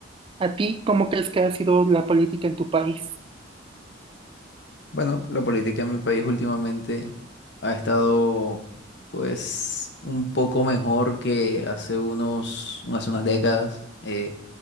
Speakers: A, on the right (about 25°); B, on the left (about 60°).
A: ¿A ti cómo crees que ha sido la política en tu país?
B: Bueno, la política en mi país últimamente ha estado pues un poco mejor que hace unos, hace unas décadas. Eh,